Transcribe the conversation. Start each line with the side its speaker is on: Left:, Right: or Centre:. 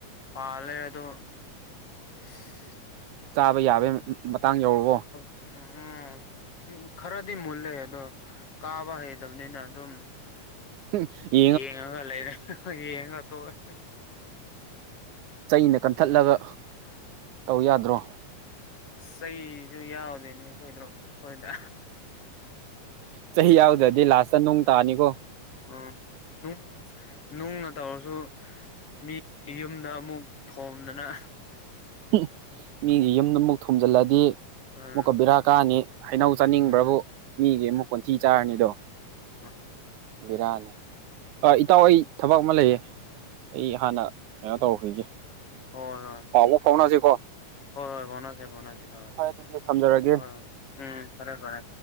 Left: ꯄꯥꯜꯂꯦ ꯑꯗꯣ <inaudible>
Right: ꯆꯥꯕ ꯌꯥꯕꯩ ꯃꯇꯥꯡ ꯌꯧꯔꯕꯣ
Left: ꯑꫭ ꯑꫭ ꯎꯝ ꯈꯔꯗꯤ ꯃꯨꯜꯂꯦ ꯑꯗꯣ ꯀꯥꯕ ꯍꯩꯇꯕꯅꯤꯅ ꯑꯗꯨꯝ
Right: ꯍꯨꯝ ꯌꯥ
Left: ꯌꯦꯡꯉꯒ ꯂꯩꯔꯦ ꯌꯦꯡꯉꯒ ꯇꯣꯛꯑꯦ
Right: ꯆꯩꯅ ꯀꯟꯊꯠꯂꯒ ꯇꯧ ꯌꯥꯗ꯭ꯔꯣ꯫
Left: ꯆꯩꯁꯨ ꯌꯥꯎꯗꯦꯅꯦ ꯑꯩꯈꯣꯏꯗ꯭ꯔꫭ ꯑꯩꯈꯣꯏꯗ
Right: ꯆꯩ ꯌꯥꯎꯗ꯭ꯔꯗꯤ ꯂꯥꯁꯇ ꯅꯨꯡ ꯇꯥꯅꯤꯀꯣ
Left: ꯑꯥ ꯅꯨꯡꯁꯦ ꯅꯨꯡꯅ ꯇꯧꯔꯁꯨ ꯃꯤ ꯌꯨꯝꯗ ꯑꯃꯨꯛ ꯊꯣꯝꯗꯅ
Right: ꯍꯨꯝ ꯃꯤꯒꯤ ꯌꯨꯝꯗ ꯑꯃꯨꯛ ꯊꯣꯝꯖꯤꯜꯂꯗꯤ
Left: ꯎꯝ
Right: ꯑꯃꯨꯛꯀ ꯕꯦꯔꯥ ꯀꯥꯅꯤ ꯍꯩꯅꯧ ꯆꯥꯅꯤꯡꯕ꯭ꯔꯥꯕꯨ
Left: ꯎꯝ
Right: ꯃꯤꯒꯤ ꯑꯃꯨꯛ ꯀꯣꯟꯊꯤ ꯆꯥꯔꯅꯤꯗꯣ
Left: ꯎꯝ꯫
Right: ꯕꯦꯔꯥꯅꯦ ꯑ ꯏꯇꯥꯎ ꯑꯩ ꯊꯕꯛ ꯑꯃ ꯂꯩꯌꯦ ꯑꯩ ꯍꯥꯟꯅ ꯀꯩꯅꯣ ꯇꯧꯈꯤꯒꯦ꯫
Left: ꯍꯣꯏ ꯍꯣꯏ
Right: ꯄꯥꯎ ꯑꯃꯨꯛ ꯐꯥꯎꯅꯁꯤ
Left: ꯎꯝ
Right: ꯀꯣ
Left: ꯍꯣꯏ ꯍꯣꯏ ꯐꯥꯎꯅꯁꯦ ꯐꯥꯎꯅꯁꯦ ꯑ
Right: ꯑꯗꯨꯗꯤ ꯊꯝꯖꯔꯒꯦ
Left: ꯍꯣꯏ ꯎꯝ ꯐꯥꯔꯦ ꯐꯥꯔꯦ